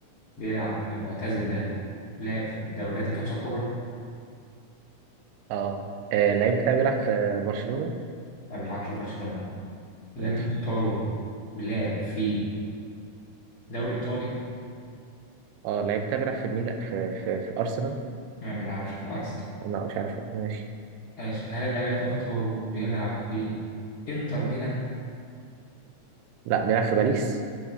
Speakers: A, on the left (about 50°); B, on the right (about 90°).
A: بيلعب المعتزل ده لعب في الدوريات الخمسة الكبرى
B: اه آه، اللعيب بتاعي بيلعب في برشلونة
A: ما بيلعبش في برشلونة اللي
B: ماشي
A: انت مختاره بيلعب في دوري ايطالي
B: اه اللعيب بتاعي بيلعب في ميلان في في في أرسنال
A: ما بيلعبش في الارسنال
B: لا مش عارف ماشي
A: ماشي هل اللاعب اللي انت مختاره بيلعب في انتر ميلان
B: لا بيلعب في باريس